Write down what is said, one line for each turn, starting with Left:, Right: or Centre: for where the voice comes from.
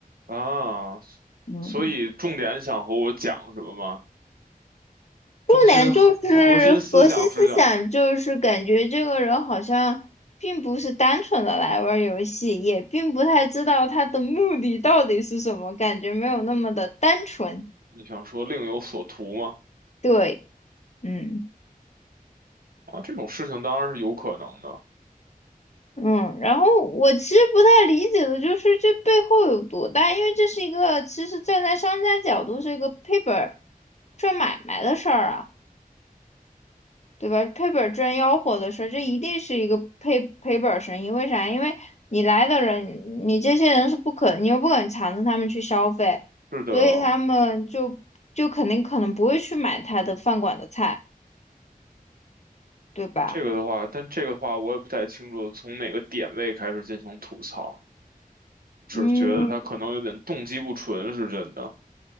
Right: 啊，
Left: 嗯，
Right: 所以重点想和我讲什么吗？
Left: 重点就是核心思想，
Right: 中心核核心思想是想
Left: 就是感觉这个人好像并不是单纯的来玩儿游戏，也并不太知道他的目的到底是什么，感觉没有那么的单纯。
Right: 你想说另有所图吗？
Left: 对，嗯
Right: 啊，这种事情当然是有可能的，
Left: 嗯。然后我其实不太理解的就是这背后有多大，因为这是一个其实站在商家角度是一个赔本儿赚买卖的事儿啊。对吧？赔本儿赚吆喝的事儿，这一定是一个赔赔本儿生意。为啥？因为你来的人，你这些人是不可，你又不肯强制他们去消费，
Right: 是的。
Left: 所以他们就就肯定可能不会去买他的饭馆的菜，对吧？
Right: 那这个的话，但这个的话，我也不太清楚从哪个点位开始进行吐槽，只是觉得他可能有点动机不纯，
Left: 嗯，
Right: 是真的。